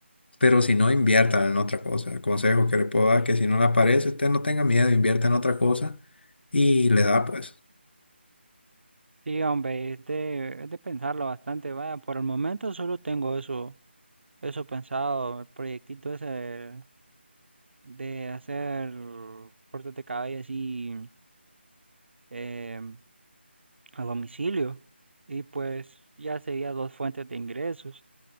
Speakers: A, on the left; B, on the right.
A: Pero si no, invierta en otra cosa. El consejo que le puedo dar, que si no le aparece, usted no tenga miedo, invierta en otra cosa y le da pues.
B: sí, hombre, es de, es de pensarlo bastante, vaya, por el momento solo tengo eso Eso pensado, el proyectito ese de, de hacer cortes de cabello así eh, a domicilio. Y pues ya sería dos fuentes de ingresos.